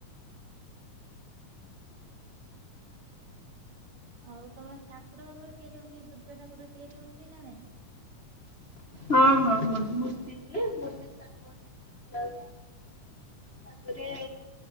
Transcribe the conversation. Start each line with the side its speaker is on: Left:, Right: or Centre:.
Right: ଆଉ ତମ ଠାକୁର, ବାକୁର ତିଆରି ହୁଅନ୍ତି ଦୁର୍ଗା ଠାକୁର ତିଆରି ହୁଅନ୍ତି ନାଇଁ।
Left: ହଁ ହଁ ମୂର୍ତ୍ତି ହୁଏ ମୂର୍ତ୍ତି ସାରିଲା ପରେ ପୂଜା ହୁଏ। ତାପରେ।